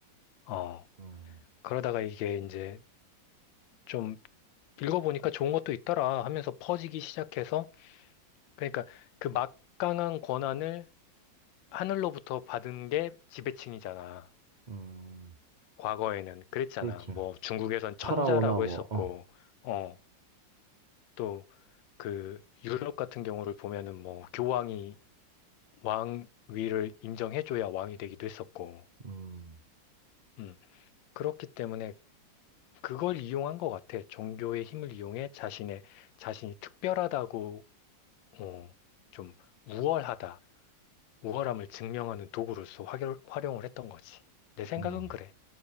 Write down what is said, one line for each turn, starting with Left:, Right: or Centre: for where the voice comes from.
Left: 어.
Right: 음,
Left: 그러다가 이게 이제 좀 읽어보니까 좋은 것도 있더라 하면서 퍼지기 시작해서 그러니까 그 막강한 권한을 하늘로부터 받은 게 지배층이잖아.
Right: 음,
Left: 과거에는 그랬잖아.
Right: 그렇지.
Left: 뭐 중국에선 천자라고
Right: 파라오나 뭐,
Left: 했었고,
Right: 어,
Left: 어, 또 그 유럽 같은 경우를 보면은 뭐 교황이 왕위를 인정해줘야 왕이 되기도 했었고,
Right: 음,
Left: 음, 그렇기 때문에 그걸 이용한 것 같아. 종교의 힘을 이용해 자신의 자신이 특별하다고 어, 좀 우월하다, 우월함을 증명하는 도구로서 활용- 활용을 했던 거지. 내 생각은
Right: 음.
Left: 그래.